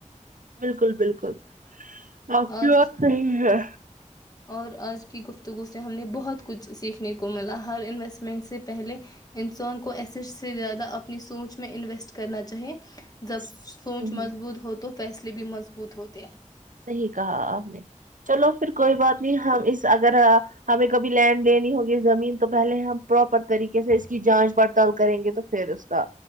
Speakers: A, on the right (about 80°); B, on the left (about 30°).
A: بالکل بالکل آپ کی
B: آج
A: بات صحیح ہے
B: اور آج کی گفتگو سے ہم نے بہت کچھ سیکھنے کو ملا ہر انویسٹمنٹ سے پہلے انسان کو ایسے سے زیادہ اپنی سوچ میں انویسٹ کرنا چاہے جب
A: صحیح
B: سوچ مضبوط ہوتی تو فیصلے بھی مضبوط ہوتے ہیں <unintelligible>
A: صحیح کہا آپ نے چلو پھر کوئی بات نہیں ہم اس اگر ہمیں کبھی لینڈ لینی ہوگی زمین تو پہلے ہم پراپر طریقے سے اس کی جانچ پڑتال کریں گے تو پھر اس کا